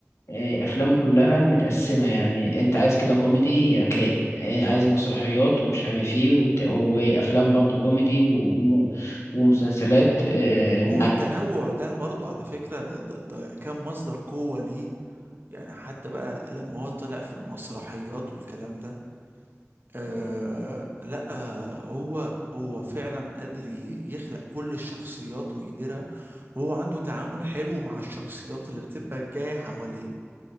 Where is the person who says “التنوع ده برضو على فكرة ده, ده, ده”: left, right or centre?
Right